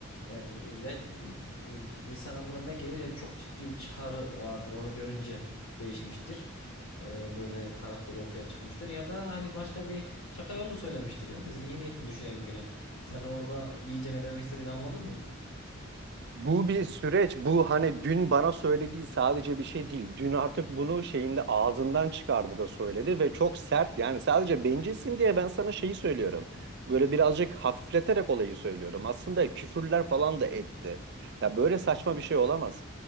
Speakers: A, on the left; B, on the right.
A: ya, ya ıı, insan aklına ne gelir ya çok ciddi bir çıkarı vardır. Onu görünce değişmiştir. Ee, böyle karakteri ortaya çıkmıştır ya da hani başka bir şaka yolu söylemiştir ya. Biz iyi niyetli düşünelim gene. Sen orada iyice ne demek istediğini anladın mı?
B: Bu bir süreç. Bu hani dün bana söylediği sadece bir şey değil. Dün artık bunu şeyinde ağzından çıkardı da söyledi ve çok sert. Yani sadece bencilsin diye ben sana şeyi söylüyorum. Böyle birazcık hafifleterek olayı söylüyorum. Aslında küfürler falan da etti. Ya böyle saçma bir şey olamaz.